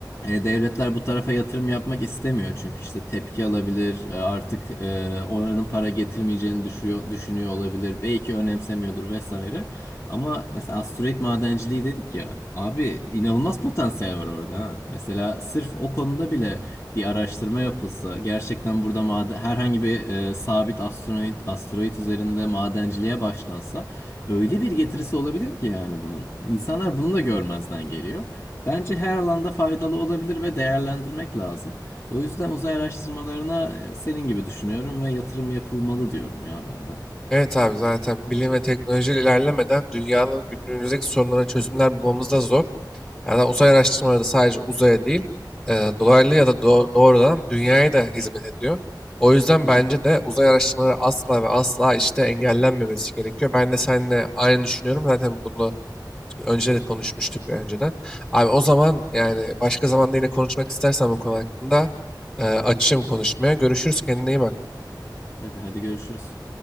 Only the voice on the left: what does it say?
e, devletler bu tarafa yatırım yapmak istemiyor çünkü işte tepki alabilir e, artık e, oranın para getirmeyeceğini düşüyor, düşünüyor olabilir belki önemsemiyordur vesaire. Ama mesela asteroid madenciliği dedik ya abi inanılmaz potansiyel var orada ha. Mesela sırf o konuda bile bir araştırma yapılsa gerçekten burada maden, herhangi bir e, sabit asteroid, asteroid üzerinde madenciliğe başlansa öyle bir getirisi olabilir ki yani bunun. İnsanlar bunu da görmezden geliyor. Bence her alanda faydalı olabilir ve değerlendirmek lazım. O yüzden uzay araştırmalarına e, senin gibi düşünüyorum ve yatırım yapılmalı diyorum ya ben de.
Hı
hı.
Tabii hadi görüşürüz.